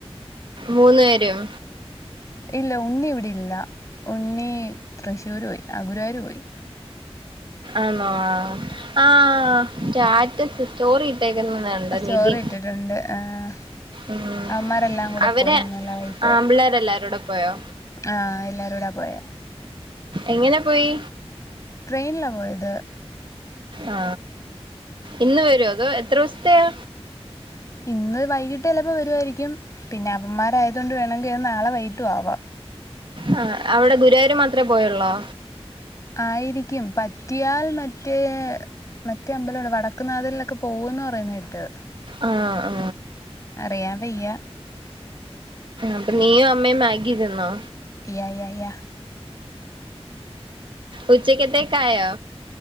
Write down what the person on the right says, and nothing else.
മൂന്ന് പേരും
ആണോ ആഹ് സ്റ്റാറ്റസ് സ്റ്റോറി ഇട്ടേക്കുന്നത് കണ്ട്
നിതിൻ
ഉം
അവര്
ആമ്പിള്ളേര് എല്ലാരൂടെ പോയോ
എങ്ങനെ പോയി
ആ ഇന്ന് വരും അതോ എത്ര ദിവസത്തയാ
ആ അവിടെ ഗുരുവായൂർ മാത്രേ പോയുള്ളൂ
ആ ആ
അപ്പൊ നീ മ്മേ മാഗ്ഗി തിന്നോ
ഉച്ചക്കത്തേക്കായോ